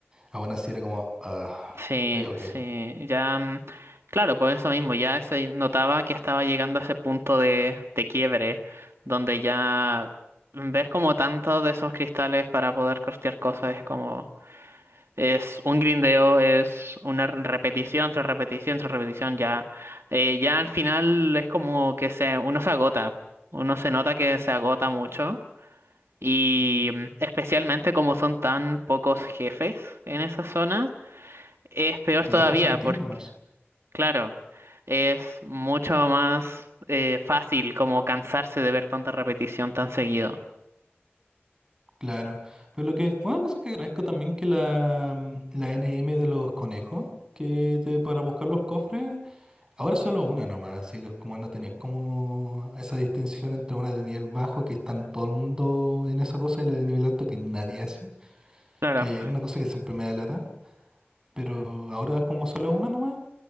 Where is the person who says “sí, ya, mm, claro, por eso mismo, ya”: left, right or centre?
Right